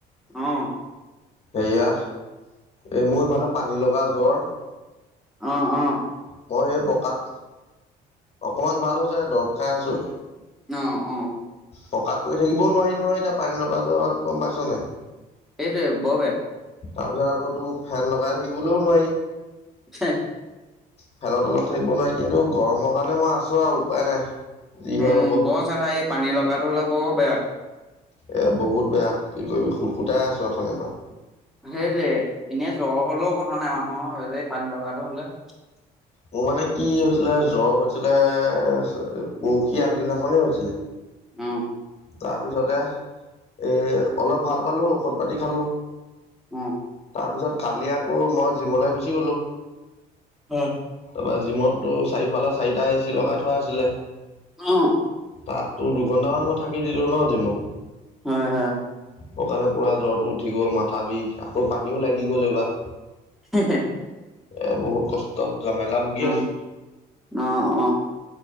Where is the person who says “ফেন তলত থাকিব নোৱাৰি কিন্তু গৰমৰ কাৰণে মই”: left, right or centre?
Left